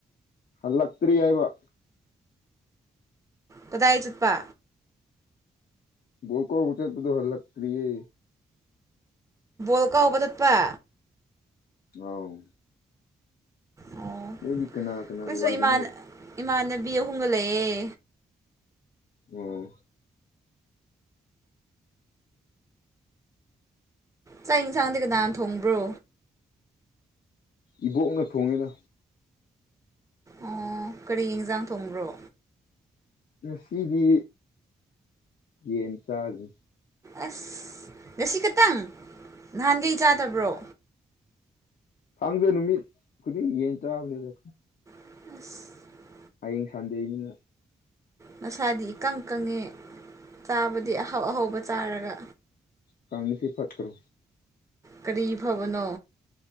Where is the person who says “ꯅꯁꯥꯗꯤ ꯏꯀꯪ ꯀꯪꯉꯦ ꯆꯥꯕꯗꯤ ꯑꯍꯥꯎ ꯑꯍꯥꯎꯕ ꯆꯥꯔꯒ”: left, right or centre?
Right